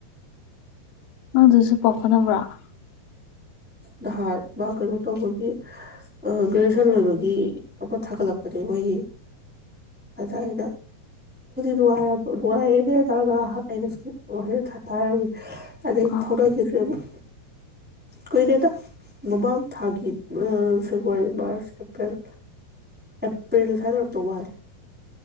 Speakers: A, on the left; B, in the centre.
A: ꯅꯪ ꯑꯗꯨꯁꯨ ꯄꯥꯎ ꯐꯥꯑꯣꯅꯕꯔꯣ
B: ꯅꯍꯥꯟ ꯃꯥ ꯀꯩꯅꯣ ꯇꯧꯕꯒꯤ ꯒ꯭ꯔꯦꯖꯨꯋꯦꯁꯟ ꯂꯣꯏꯕꯒꯤ ꯑꯃ ꯊꯥꯒꯠꯂꯛꯄꯅꯦ ꯃꯣꯏꯒꯤ ꯑꯗ ꯑꯩꯅ ꯅꯨꯡꯉꯥꯏꯔꯦꯅꯦ ꯍꯥꯏ ꯇꯔꯒ ꯑꯩꯅꯁꯨ ꯍ ꯑꯗꯩ
A: ꯑꯥ
B: ꯐꯥꯎꯅꯈꯤꯗ꯭ꯔꯦ ꯑꯃꯨꯛ ꯀꯨꯏꯔꯦꯗ ꯃꯃꯥꯡ ꯊꯥꯒꯤ ꯐꯦꯕꯋꯥꯔꯤ ꯃꯥꯔꯆ ꯑꯦꯄ꯭ꯔꯤꯜ ꯑꯦꯄ꯭ꯔꯤꯜ ꯁ꯭ꯋꯥꯏꯔꯝꯗꯧ ꯃꯥꯂꯦ